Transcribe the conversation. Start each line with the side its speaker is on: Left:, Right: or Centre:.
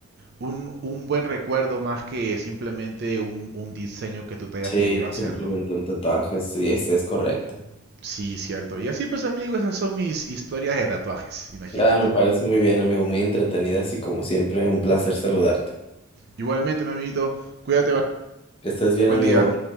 Right: un, un buen recuerdo, más que simplemente un, un diseño que tú te hayas
Left: Sí,
Right: querido hacer,
Left: simplemente
Right: ¿no?
Left: un tatuaje, sí, es, es correcto.
Right: Sí, cierto. Y así pues, amigo, esas son mis historias de tatuajes, imagínate.
Left: Ya, me parece muy bien, amigo, muy entretenida, así como siempre, un placer saludarte.
Right: Igualmente, mi amiguito, cuídate, bastante.
Left: Que estés bien,
Right: buen
Left: amigo.
Right: día.